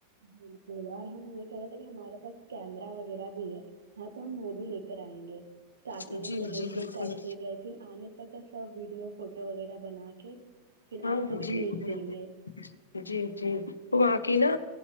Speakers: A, on the right; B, on the left.
A: بالکل اور ہم یہ کہہ رہے تھے کہ ہمارے پاس کیمرا وغیرہ بھی ہے ہاں تو ہم وہ بھی لے کریں گے اسٹارٹنگ
B: جی
A: سے لے
B: جی بالکل
A: کے کیسے گئے پھر آنے تک کا سب ویڈیو فوٹو وغیرہ بنا کے پھر
B: ہاں
A: آپ کو بھی
B: جی
A: بھیج
B: جی بالکل
A: دیں گے
B: جی جی
A: کیونکہ
B: وہاں کی
A: یہ
B: نا